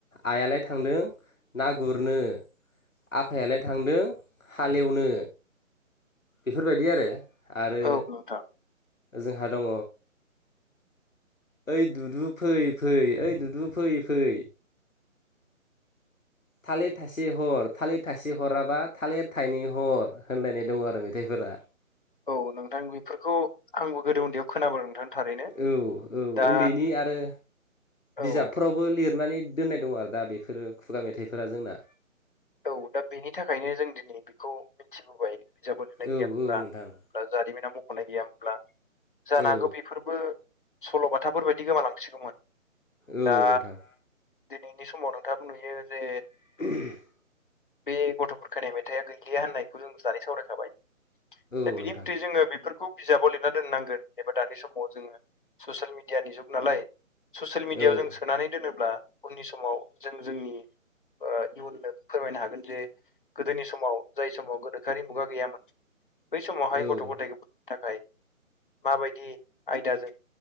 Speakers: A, on the left; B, on the left.
A: आइयालाय थांदों ना गुरनो। आफायालाय थांदों हालेवनो, बेफोरबायदि आरो आरो
B: औ नोंथां
A: जोंहा दङ। ओइ दुदु फै-फै ओइ ददु फै-फै, थालिर थासे हर, थालिर थासे हराबा थालिर थाइनै हर, होनलायनाय दङ आरो मेथाइफोरा।
B: औ नोंथां बेफोरखौ आंबो गोदो उन्दैयाव खोनाबो नोंथां। थारैनो
A: औ औ
B: दा
A: उन्दैनि आरो
B: औ
A: बिजाबफोराव, बो लिरनानै दोननाय दङ आरो दा बेफोर खुगा मेथाइफोरा जोंना।
B: औ दा बेनि थाखायनो जों दिनै बेखौ मिथिबोबाय बिजाब लिरनाय
A: औ
B: गैयामोनब्ला?
A: औ नोंथां
B: दा जारिमिनाव मख'नाय गैया मोनब्ला, जानो
A: औ
B: हागौ बेफोर बो सल'बाथाफोरबायायदि गोमालांसिगौमोन
A: औ
B: दा
A: नोंथां
B: दिनैनि समाव नोंथाङाबो नुयो जे
A: <unintelligible>
B: बे गथ'बुखानाय मेथाइआ गैलिया होननायखौ जों दानि सावरायखाबाय,
A: औ
B: दा बिनि
A: नोंथां
B: मथै जोङो बेफोरखौ बिजाबाव लिरना दोननांगोन एबा दानि समाव जोङो, ससियेल मिडियानि जुग नालाय ससियेल मिडियायाव
A: औ
B: जों सोनानै दोनोब्ला उननि समाव जों जोंनि इयुननो फोरमायनो हागोन जे गोदोनि समाव जाय समाव गोनोखोआरि मुगा गैयामोन, बै समावहाय
A: औ
B: गथ' गथाय थाखाय माबायदि आयदाजों